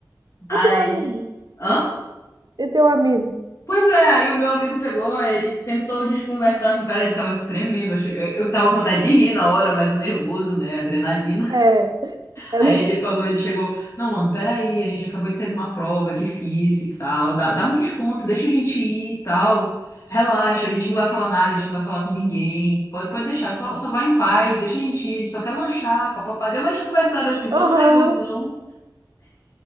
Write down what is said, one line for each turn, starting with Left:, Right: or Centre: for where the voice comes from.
Left: Aí.
Right: eu tenho um amigo,
Left: Hã?
Right: eu tenho um amigo.
Left: Pois é, aí o meu amigo pegou, ele tentou desconversar com o cara, ele tava se tremendo, eu achei... eu eu tava com vontade de rir na hora, mas o nervoso, né? a Adrenalina.
Right: É, eu
Left: Aí
Right: não-
Left: ele falou, ele chegou, não, mano, peraí, a gente acabou de sair de uma prova, é difícil e tal, dá, dá um desconto, deixa a gente ir e tal, relaxa, a gente não vai falar nada, a gente não vai falar com ninguém, pode, pode deixar, só, só vai em paz, deixa a gente ir, a gente só quer lanchar, papapá. Deu uma desconversada assim, todo
Right: Aham.
Left: nervosão.